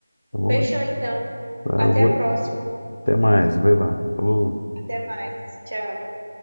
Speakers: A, on the left; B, on the right.
A: Tá bom?
B: Fechou então.
A: Ah,
B: Até
A: eu vou-
B: a próxima.
A: Até mais, vai lá. Falou.
B: Até mais. Tchau.